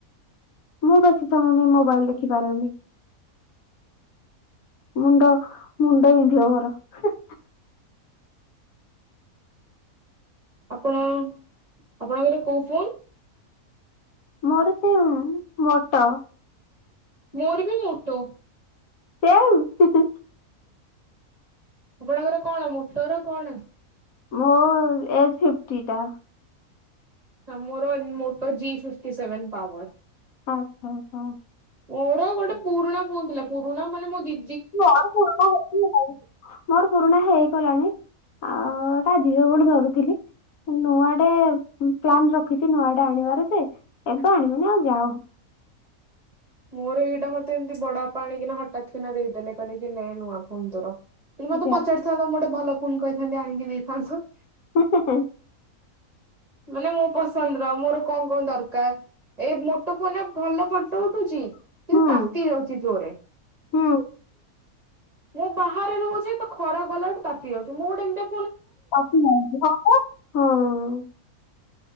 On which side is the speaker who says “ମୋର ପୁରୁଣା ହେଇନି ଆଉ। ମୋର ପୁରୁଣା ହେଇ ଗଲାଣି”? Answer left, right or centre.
Left